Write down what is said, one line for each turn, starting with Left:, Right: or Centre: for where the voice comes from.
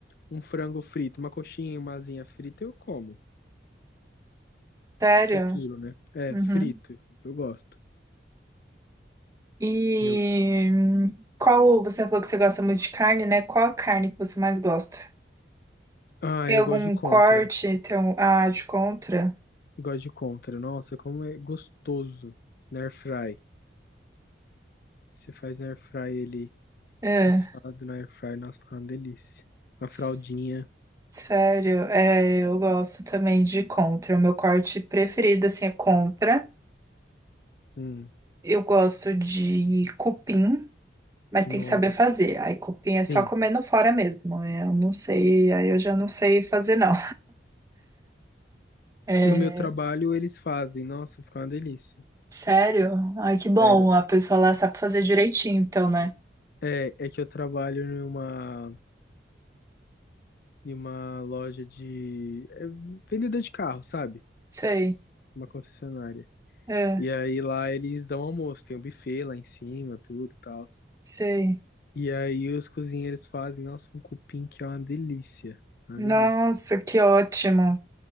Left: um frango frito, uma coxinha e uma asinha frita eu como.
Right: Sério?
Left: que é puro, né? É,
Right: Uhum.
Left: frito. Eu gosto.
Right: E
Left: Eu...
Right: hum, qual, você falou que você gosta muito de carne, né? Qual a carne que você mais gosta?
Left: Ah,
Right: Tem
Left: eu
Right: algum
Left: gosto de contra.
Right: corte? Tem um, ah, de contra?
Left: Eu gosto de contra. Nossa, como é gostoso. Na air fry. Você faz na air fry ele
Right: É,
Left: assado na air fry. Nossa, fica uma delícia. Uma
Right: s-
Left: fraldinha.
Right: sério, é, eu gosto também de contra. O meu corte preferido, assim, é contra.
Left: Hum,
Right: Eu gosto de cupim, mas
Left: nossa.
Right: tem que saber fazer. Aí cupim é só
Left: Sim.
Right: comendo fora mesmo. né? Eu não sei, aí eu já não sei fazer não. É,
Left: No meu trabalho eles fazem. Nossa, fica uma delícia.
Right: sério? Ai, que bom,
Left: Sério.
Right: a pessoa lá sabe fazer direitinho, então, né?
Left: É, é que eu trabalho em uma, em uma loja de. É, vendedor de carro, sabe?
Right: Sei,
Left: Uma concessionária.
Right: é,
Left: E aí lá eles dão almoço, tem um buffet lá em cima, tudo e tal.
Right: sei.
Left: E aí os cozinheiros fazem, nossa, um cupim que é uma delícia. Uma
Right: Nossa,
Left: delícia.
Right: que ótimo.